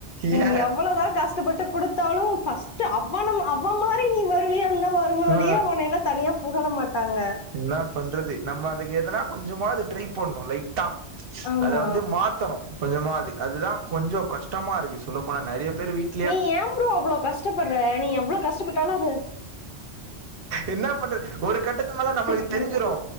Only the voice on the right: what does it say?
ஏ
ஆ
இன்னா பண்றது நம்ம அதுக்கு எதுனா கொஞ்சமாது ட்ரி பண்ணு லைட்டா
அத வந்து மாத்தணு கொஞ்சமா அது அதுதான் கொஞ்சம் கஷ்டமா இருக்கு சொல்ல போனா நெறைய பேரு வீட்ல
இன்னா பண்றது ஒரு கட்டத் த்து மேல நம்மளுக்கு
தெரிஞ்சிரு